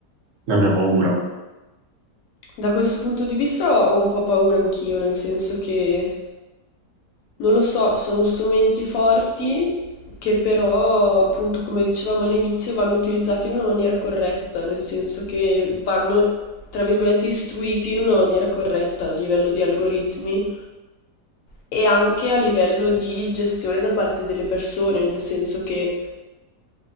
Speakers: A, on the right (about 60°); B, on the left (about 65°).
A: la mia paura.
B: Da questo punto di vista ho un po' paura anch'io, nel senso che, non lo so, sono strumenti forti che però, appunto, come dicevamo all'inizio, vanno utilizzati in una maniera corretta, nel senso che vanno, tra virgolette, istruiti in una maniera corretta a livello di algoritmi e anche a livello di gestione da parte delle persone, nel senso che